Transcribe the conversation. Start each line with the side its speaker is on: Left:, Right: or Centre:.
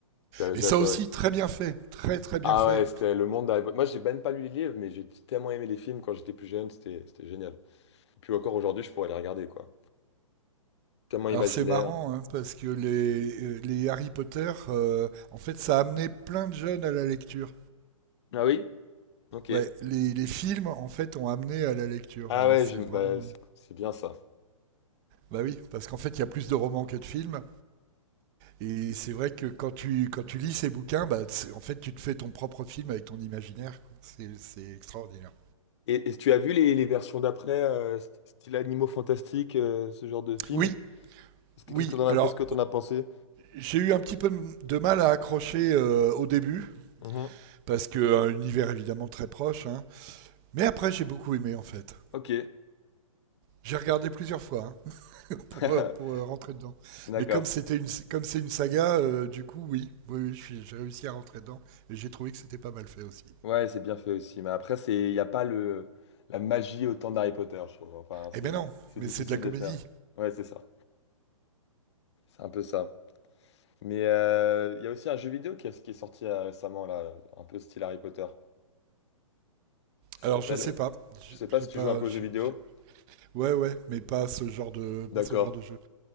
Left: J'ai
Right: Et
Left: j'ai
Right: ça
Left: adoré.
Right: aussi, très bien fait, très très bien
Left: Ah
Right: fait.
Left: ouais, c'était le monde d'Harry Potter. Moi, j'ai même pas lu les livres, mais j'ai tellement aimé les films quand j'étais plus jeune, c'était c'était génial. Et puis encore aujourd'hui, je pourrais les regarder, quoi. Tellement imaginaire.
Right: Alors c'est marrant, hein, parce que les, euh, les Harry Potter, euh, en fait, ça a amené plein de jeunes à la lecture.
Left: Ah oui? Ok.
Right: Ouais, les, les films, en fait, ont amené à la lecture.
Left: Ah
Right: Euh,
Left: ouais,
Right: C'est
Left: j'aime-
Right: vraiment...
Left: bah,
Right: euh,
Left: c'est c'est bien ça.
Right: Bah oui, parce qu'en fait, il y a plus de romans que de films. Et c'est vrai que quand tu, quand tu lis ces bouquins, bah, c'est- en fait, tu te fais ton propre film avec ton imaginaire. quoi. C'est c'est extraordinaire.
Left: Et, et tu as vu les, les versions d'après, euh, st- style Animaux Fantastiques, euh, ce genre de film?
Right: Oui,
Left: Qu'est-ce que
Right: oui.
Left: qu'est-ce que t'en as,
Right: Alors,
Left: qu'est-ce que t'en as pensé?
Right: j'ai eu un petit peu de mal à accrocher euh, au début.
Left: Mhm.
Right: parce que un univers évidemment très proche. hein. Mais après, j'ai beaucoup aimé en fait.
Left: Ok,
Right: J'ai regardé plusieurs fois hein, <laughs> pour,
Left: <laughs>
Right: euh, pour euh, rentrer dedans.
Left: d'accord.
Right: Mais comme c'était une comme c'est une saga, euh, du coup, oui, oui, oui, je suis- j'ai réussi à rentrer dedans et j'ai trouvé que c'était pas mal fait aussi.
Left: Ouais, c'est bien fait aussi. Mais après, c'est, il n'y a pas le, la magie autant d'Harry Potter, je trouve. Enfin,
Right: Eh
Left: c'est,
Right: ben non,
Left: c'est
Right: mais
Left: difficile
Right: c'est de la comédie.
Left: de faire. Ouais, c'est ça. C'est un peu ça. Mais euh, il y a aussi un jeu vidéo qui, est qui est sorti euh, récemment, là, un peu style Harry Potter. Ça
Right: Alors
Left: s'appelle...
Right: je sais pas, J'ai-
Left: Je sais pas si
Right: j'ai
Left: tu
Right: pas,
Left: joues un peu aux
Right: j'ai-
Left: jeux vidéo.
Right: j'ai- ouais ouais, mais pas ce genre de pas
Left: D'accord.
Right: ce genre de jeu.